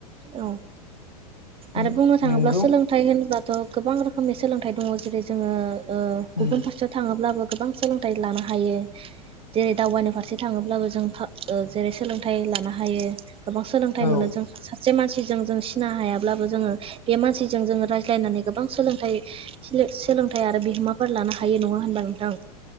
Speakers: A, on the right; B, on the left.
A: औ आरो
B: उम
A: बुंनो थाङोब्ला
B: नोंगौ
A: सोलोंथाइ होनोब्लाथ' गोबां रोख <unintelligible> सोलोंथाइ दङ जेरै जोङो ओ
B: उम
A: गुबुन फारसे थाङोब्लाबो गोबां सोलोंथाइ लानो हायो जेरै दावबायानि फारसे थाङोब्लाबो जों ओ जेरै सोलोंथाइ लानो हायो गोबां सोलोंथाइ
B: औ
A: मोनो जों सासे मानसिजों जों सिना हायाब्लाबो जोङो बे मानसिजों जोङो रायज्लायनानै गोबां सोलों सोलोंथाय आरो बिहोमाफोर लानो हायो नङा होनबा नोंथां